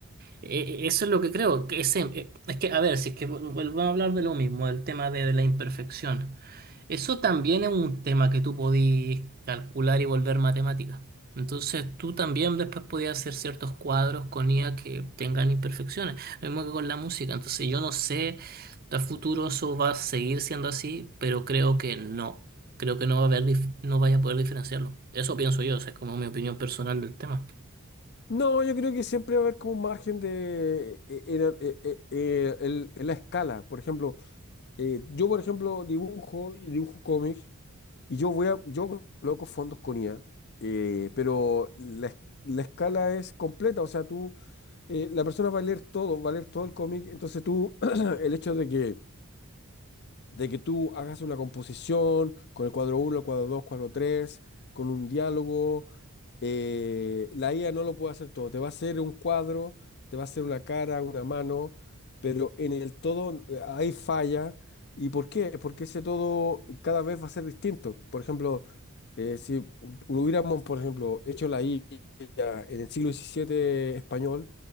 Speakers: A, on the right; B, on the left.
A: E- e- Eso es lo que creo, que ese- eh, es que, a ver, si es que vol- vuelvo a hablar de lo mismo, el tema de, de la imperfección. Eso también es un tema que tú podías calcular y volver matemática. Entonces tú también después podías hacer ciertos cuadros con IA que tengan imperfecciones. Lo mismo que con la música. Entonces yo no sé, a futuro eso va a seguir siendo así, pero creo que no. Creo que no va a haber, dif- no vaya a poder diferenciarlo. Eso pienso yo, o sea, es como mi opinión personal del tema.
B: No, yo creo que siempre va a haber como un margen de eh, era- eh, eh, eh, el- en la escala. Por ejemplo, eh, yo por ejemplo dibujo y dibujo cómics y yo voy a yo coloco fondos con IA, eh, pero la, es- la escala es completa. O sea, tú eh, la persona va a leer todo, va a leer todo el cómic. Entonces tú <clears throat> el hecho de que de que tú hagas una composición con el cuadro uno, el cuadro 2, cuadro 3, con un diálogo eh, la IA no lo puede hacer todo. Te va a hacer un cuadro, te va a hacer una cara, una mano, pero en el todo eh, hay falla. ¿Y por qué? Porque ese todo cada vez va a ser distinto. Por ejemplo, eh, si hu- hubiéramos, por ejemplo, hecho la IA en el siglo XVII español,